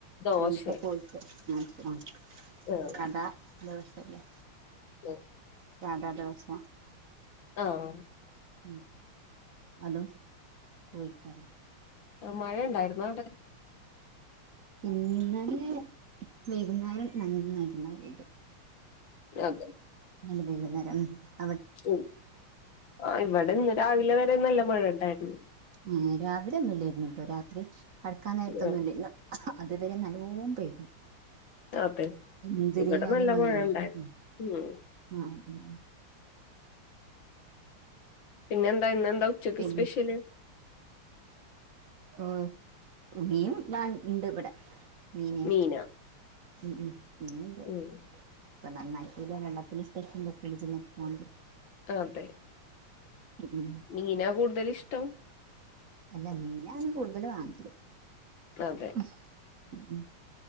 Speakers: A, on the left; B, on the right.
A: ദോശെ
B: നീട്ട കോഴിക്ക <unintelligible>
A: ആഹ്
B: കടാന്തോഷല്ലേ
A: ഏ
B: സാധാ ദോശ.
A: ആഹ
B: ഉ അതും കോയിക്കറിം
A: ആ മഴയ ഉണ്ടായിരുന്നോ അവിട?
B: ഇന്നലെ വൈകുന്നേരം നന്നായിട്ട് മഴ പെയ്തു.
A: അതെ
B: ഇന്നലെ വൈകുന്നേരം. ഉം
A: ഉം ആ ഇവിടെന്ന് രാവിലെ വരെ നല്ല മഴ ഉണ്ടായിരുന്നു.
B: ഏ രാവിലെ ഒന്നു ഇല്ലായിരുന്നു ട്ടോ രാത്രി കടക്കാൻ നേരത്തൊന്നുംല്ലാരുന്നു.
A: ആഹ്
B: അതുവരെ നല്ലോ പെയ്തു.
A: അതെ
B: എന്തുരുയാതി
A: ഇവിടെ നല്ല
B: മഴയാണ്
A: മഴ ഉണ്ടായിരുന്നു
B: ഉം
A: ഉം
B: ഉ ഉ
A: പിന്നെ എന്താ ഇന്ന് എന്താ ഉച്ചക്ക്
B: പിന്നെ
A: സ്പെഷ്യല്?
B: ഓ മീൻ ഞാൻ ഇണ്ട് ഇവിടെ മീനെ
A: മീനാ
B: ഉം ഉം പിന്നന്ത് ഇപ്പൊ
A: ഉം
B: നന്നാക്കില്ല വെള്ളത്തി ഇട്ടച്ച്ണ്ട് ഫ്രിഡ്ജ്ന്ന് ഇട്ത്ത് കാണ്ട്
A: അതെ
B: ഉം
A: മീനാ കൂടുതലിഷ്ടം?
B: അല്ല മീനാണ് കൂടുതല് വാങ്ങല്
A: അതെ
B: ഉം ഉം